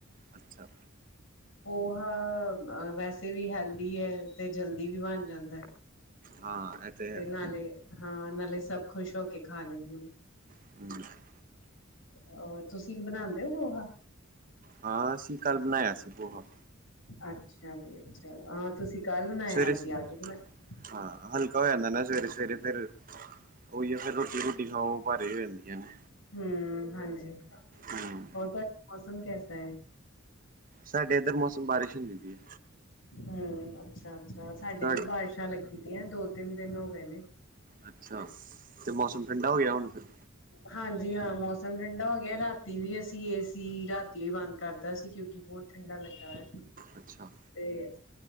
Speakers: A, on the right; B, on the left.
A: ਅੱਛਾ।
B: ਪੋਹਾ ਵੈਸੇ ਵੀ ਹੈਲਦੀ ਹੈ ਤੇ ਜਲਦੀ ਵੀ ਬਣ ਜਾਂਦਾ ਹੈ।
A: ਹਾਂ ਇਹ ਹੈ
B: ਤੇ ਨਾਲੇ, ਹਾਂ ਨਾਲੇ ਸਭ ਖੁਸ਼ ਹੋ ਕੇ ਖਾ ਲੈਂਦੇ ਨੇ।
A: <inaudible>
B: ਹੋਰ ਤੁਸੀਂ ਬਣਾਂਦੇ ਹੋ ਪੋਹਾ?
A: ਹਾਂ ਅਸੀਂ ਕਾਲ ਬਣਾਯਾ ਸੀ ਪੋਹਾ।
B: ਅੱਛਾ ਜੀ ਅੱਛਾ ਹਾਂ ਤੁਸੀਂ ਕੱਲ ਬਣਾਇਆ
A: ਸਵੇਰੇ
B: ਸੀ ਅਸੀ
A: ਸਵੇ
B: ਅੱਜ ਬਣਾਇਆ।
A: ਹਾਂ ਹਲਕਾ ਹੋ ਜਾਂਦਾ ਨਾ ਸਵੇਰੇ ਸਵੇਰੇ ਫਿਰ ਓਹਿਯੋ ਫਿਰ ਰੋਟੀ ਰੁਟੀ ਖਾਓ ਭਾਰੀ ਹੋ ਜਾਂਦੀਆਂ ਨੇ।
B: ਹੂੰ ਹਾਂਜੀ,
A: ਹਮ
B: ਹੋਰ ਮੌਸਮ ਕੈਸਾ ਹੈ?
A: ਸਾਡੇ ਇੱਧਰ ਮੌਸਮ ਬਾਰਿਸ਼ ਹੁੰਦੀ ਪੀ ਏ।
B: ਹੂੰ ਅੱਛਾ, ਅੱਛਾ ਸਾਡੇ
A: ਤੁਹਾ
B: ਵੀ ਬਾਰਿਸ਼ਾਂ ਲੱਗੀ ਦੀਆਂ ਦੋ ਤਿੰਨ ਦਿਨ ਹੋ ਗਏ ਨੇ।
A: ਅੱਛਾ, ਤੇ ਮੌਸਮ ਠੰਡਾ ਹੋ ਗਿਆ ਹੁਣ ਫਿਰ?
B: ਹਾਂਜੀ ਹਾਂ ਮੌਸਮ ਠੰਡਾ ਹੋ ਗਿਆ ਰਾਤੀ ਵੀ ਅਸੀਂ ਏਸੀ ਰਾਤੀ ਬੰਦ ਕਰਤਾ ਸੀ ਕਿਉਂਕਿ ਬਹੁਤ ਠੰਡਾ ਲੱਗਾ ਦਾ ਸੀ।
A: ਅੱਛਾ
B: ਤੇ,